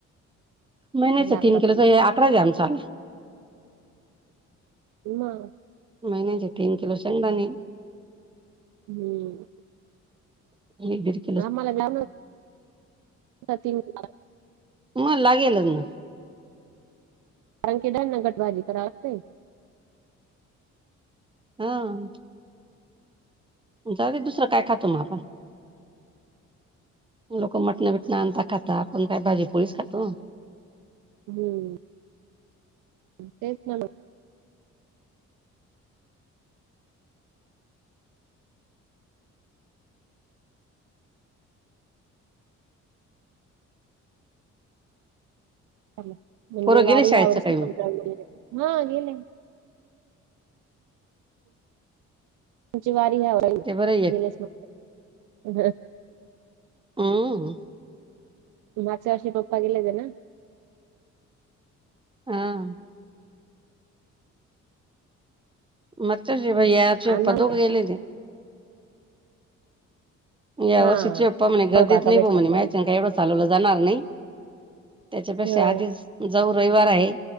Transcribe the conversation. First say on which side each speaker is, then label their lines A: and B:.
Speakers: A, on the right; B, on the right.
A: महिन्याचा
B: लागतात
A: तीन किलोचा त आकडाच ये आमचा.
B: म
A: महिन्याचे तीन किलो शेंगदाणे
B: हम्म
A: <unintelligible>
B: आम्हाला लागल तर <unintelligible>
A: तुम्हाला लागेल म
B: कारण क केदा न घटबाजी कररा असय. <unintelligible>
A: हां. जाऊदे दुसरं काय खातो मग आपण. लोक मटणं, बिटणं आणता खाता, आपण काय भाजीपोळीच खातो.
B: हम्म. तेच ना मग. म्हणजे
A: पोरं गेले
B: वारी
A: शाळेत
B: ह्यावर्षी,
A: सकाळी मग
B: हा गेलेय. तुमची वारी ह्या
A: ते बरं आहेत
B: गेलेस म
A: हम्म.
B: मागच्या वर्षी पप्पा गेलेते ना?
A: हां. मग तर जेवाय याचे
B: अण्णा
A: पदोक
B: नाही का?
A: गेले ते. या
B: हा
A: वर्षीची पप्पा म्हणे गर्दीत
B: भाऊ काका
A: नाही
B: भेटला
A: भो म्हणे
B: ना.
A: मा्याच्यान काही एवढं चालवलं जाणार नाही. त्याच्यापेक्षा
B: हा
A: आधीच जाऊ रविवार आहे,